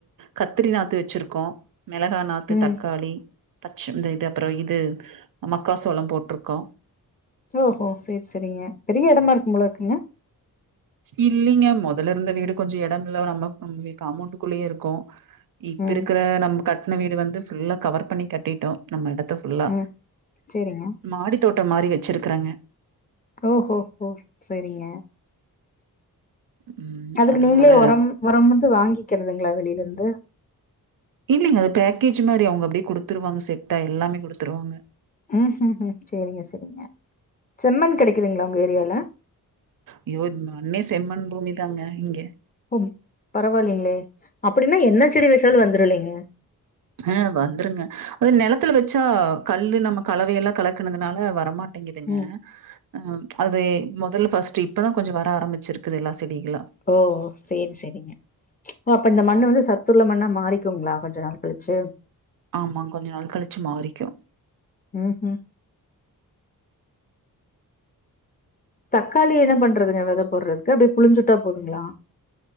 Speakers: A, on the right (about 65°); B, on the left (about 25°).
A: கத்திரி நாத்து வச்சிருக்கோ மெளகா நாத்து
B: ம்
A: தக்காளி பச்ச இந்த இது அப்றோ இது மக்கா சோளோ போட்ருக்கோ
B: ஓஹோ செர் செரிங்க பெரிய எடமா இருக்கும் போல இருக்குங்க
A: இல்லிங்க மொதல இருந்த வீடு கொஞ்சோ எடம் இல்ல நம்ம நம்ம காமோண்டுக்குள்ளயே இருக்கோ இப்ப
B: ம்
A: இருக்கற நம்ம கட்ன வீடு வந்து ஃபுல்லா கவர் பண்ணி கட்டிட்டோ நம்ம எடத்த ஃபுல்லா
B: ம் சேரிங்க
A: மாடி தோட்டம் மாரி வச்சிருக்கறங்க
B: ஓஹோ ஹோ செரிங்க
A: ம்
B: அதுக்கு
A: அதனால
B: நீங்களே ஒரம் ஒரம் வந்து வாங்கிக்கறதுங்களா வெளியில இருந்து
A: இல்லிங்க அது பேக்கேஜ் மாரி அவுங்க அப்டியே குடுத்துருவாங்க செட்டா எல்லாமே குடுத்துருவாங்க
B: ம் ஹு ஹு செரிங்க செரிங்க செம்மண் கெடைக்குதுங்களா உங்க ஏரியால
A: ஐயோ இந்த மண்ணே செம்மண் பூமி தாங்க இங்க
B: ஓ பரவாயில்லிங்களே அப்டின்னா என்ன செடி வச்சாலு வந்துருல்லைங்க
A: ஆ வந்துருங்க அது நெலத்துல வச்சா கல்லு நம்ம கலவையெல்லா கலக்கனதுனால வரமாட் டேங்கிதுங்க
B: ம்
A: ஆ அது மொதல்ல ஃபஸ்ட்டு இப்பதா கொஞ்சோ வர ஆரமிச்சிருக்குது எல்லா செடிகளு
B: ஓ சேர் செரிங்க ஓ அப்ப இந்த மண்ணு வந்து சத்துள்ள மண்ணா மாறிக்குங்களா கொஞ்சோ நாள் கழிச்சு
A: ஆமா கொஞ்சோ நாள் கழிச்சு மாறிக்கு
B: ம் ஹு தக்காளி என்ன பண்றதுங்க வெத போறதுக்கு அப்டி புழுஞ்சுட்டா போதுங்களா